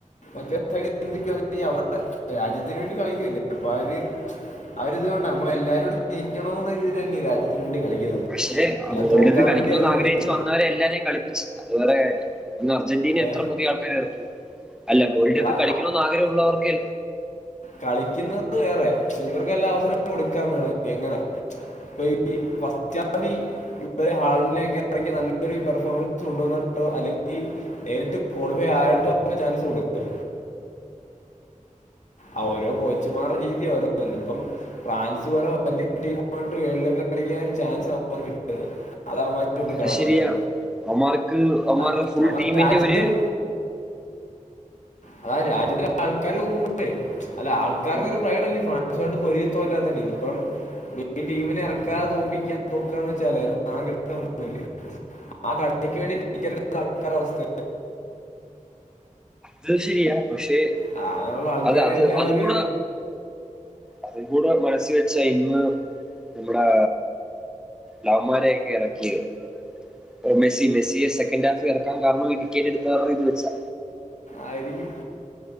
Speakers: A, on the left (about 60°); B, in the centre.
A: മറ്റേ സൈഡ് ചിന്തിക്ക്യാണങ്കി <unintelligible> രാജ്യത്തിന് വേണ്ടി കളിക്ക്യല്ലേ അപ്പ <unintelligible> ആഹ് ഒരിത് വേണ്ട ഞമ്മള് എല്ലാരോടും ജയിക്കണോന്ന രീതില് തന്നേ രാജ്യത്തിന് വേണ്ടി കളിക്കുന്നത്
B: പക്ഷേ ആഹ്
A: അല്ല
B: വേൾഡ്
A: തോക്കാൻ
B: കപ്പ് കളിക്കണോന്ന്
A: വേണ്ടി ആരും
B: ആഗ്രഹിച്ചി
A: കളിക്കൂ
B: ട്ട് വന്നവരെ എല്ലാരേം കള്പ്പിച്ചില്ലാ അതു വേറെ കാര്യം ഇന്ന് അർജന്റീന എത്ര
A: ഏ
B: പുതിയ ആൾക്കാരെ എറക്കി അല്ല വേൾഡ് കപ്പില്
A: അടാ
B: കളിക്കണോന്ന് ആഗ്രഹം ഉള്ളവർക്കെ
A: കളിക്കിന്നത് വേറെ ഇവർക്കെല്ലാ അവസരം കൊടുക്കാ വേണങ്കി അങ്ങനെ <unintelligible> ഇപ്പഴെ ഹാള്നെക്കെ എറക്കി നല്ലൊരു പെർഫോമൻസ് കൊണ്ടോന്ന്ട്ടോ അല്ലെങ്കി നേരിട്ട് ക്വാളിഫൈ ആയാട്ടോ <unintelligible> ചാൻസ് കൊട്ക്കാ ആഹ് ഓരോ കോച്ചുമാരെ രീതിയാ ഓരോന്ന് വന്നെ ഇപ്പം ഫ്രാൻസ് പോലെ വല്ല്യ ടീമുമായിട്ട് വേൾഡ് കപ്പ് കളിക്ക്യാൻ ചാൻസ് അവമ്മാര്ക്ക് കിട്ട്മോ അത് അവമ്മാര് റ്റുണ്ട്
B: അത്
A: കളഞ്ഞത്
B: ശരിയാ അവന്മാർക്ക് അവന്മാരുടെ
A: ആഹ്
B: ഫുൾ
A: അവമ്മാരെ
B: ടീമിന്റെ
A: രാജ്യം
B: ഒരു
A: അതാ ആ രാജ്യത്തിലെ ആൾക്കാര് നോക്കുമ്പോല്ലെ അല്ല ആൾക്കാര്ക്കൊര്
B: ഉം,
A: പ്രൈഡല്ലേ ഫ്രാൻസോണ്ട് പൊര്തി തോറ്റാ തന്നെ ഇതി ഇപ്പം <unintelligible> ടീമിനെ എറക്കാതെ തോപ്പിക്കാ തോക്കാന്ന് വെച്ചാലേ അത് നാണക്കെട്ത്ത്ണെ പോലേയാവും ആഹ് <unintelligible> വേണ്ടി <unintelligible> അവസ്ഥ
B: അത് ശരിയാ പക്ഷെ
A: ആ, അങ്ങനെയുള്ള ആൾക്കാരെ
B: അത് അത്
A: എല്ലാം
B: അതും
A: ഒരു
B: കൂടെ അതി കൂടെ മനസ്സി വെച്ചാ ഇന്ന് നമ്മുടെ ലവമാരെയൊക്കെ ഇറക്കിയത് ഓഹ് മെസ്സി മെസ്സിയെ സെക്കന്റ് ഹാഫ് ഇറക്കൻ കാരണം ടിക്കറ്റ് എടുത്ത ഇത് വെച്ചാ
A: ആയിരിക്കും